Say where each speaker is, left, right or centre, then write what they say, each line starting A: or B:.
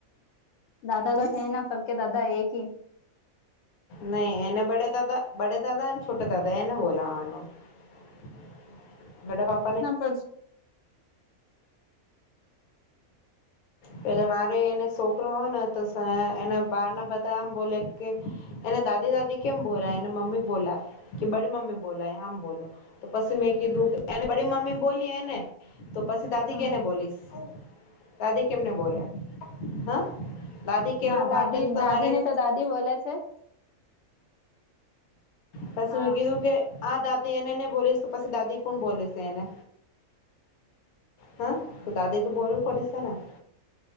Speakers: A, on the left; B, on the left.
A: દાદા
B: હમ
A: તો હૈ ના સબ કે દાદા એક હી
B: નહી એને પડે તો બડે દાદ અને છોટા દાદ એને બોલપ
A: ના બસ
B: પેલે મારે એને છોકરો હોય ને તો એના બાર ના બધા આમ. બોલે કે એને દાદી દાદી કેમ બોલા એને મમ્મી બોલા કે બડી મમ્મી બોલા આમ બોલો તો પસીમે ક ધૂખ બ મમી બોલી એ ને તો પછી દાદી
A: હમ
B: કેને બોલીશ દાદી કેમને બોલ્યા હા દાદી કેવા
A: ના
B: વાટે
A: દાદી
B: તો તમારે
A: દાદી ને તો દાદી બોલે છે.
B: પછી
A: હા
B: મેં કીધું કે આ દાદી એને નહી બોલીશ તો પછી દાદી કોણ બોલે છે એને. હા તો તાદ તો બરો પડે છેના.